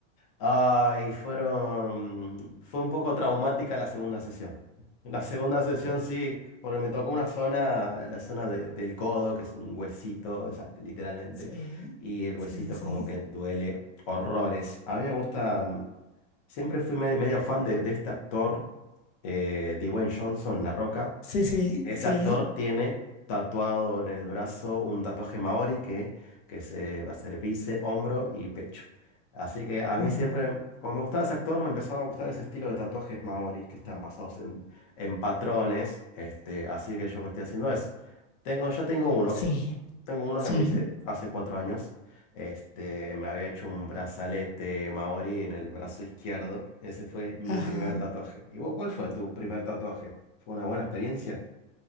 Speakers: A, on the left; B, on the left.
A: Ay, fueron, fue un poco traumática la segunda sesión. La segunda sesión
B: Por...
A: sí, porque me tocó una zona, la zona de- del codo, que es un huesito, o sea, literalmente,
B: Sí,
A: y el huesito
B: sí, sí,
A: es
B: sí.
A: como que duele horrores. A mí me gusta, mm, siempre fui me- medio fan de, de este actor, eh, Dwayne Johnson, La Roca.
B: Sí, sí,
A: Ese
B: sí.
A: actor tiene tatuado en el brazo un tatuaje maori que, que se va a ser bíceps, hombro y pecho. Así que a mí
B: Ujú.
A: siempre, como me gustaba ese actor, me empezaba a gustar ese estilo de tatuajes maori que están basados en, en patrones. Este, así que yo me estoy haciendo eso. Tengo, ya tengo uno.
B: Sí,
A: Tengo uno
B: sí.
A: que me hice hace cuatro años. Este, me había hecho un brazalete maori en el brazo izquierdo. Ese fue mi
B: Ajá.
A: primer tatuaje. ¿Y vos cuál fue tu primer tatuaje? ¿Fue una buena experiencia?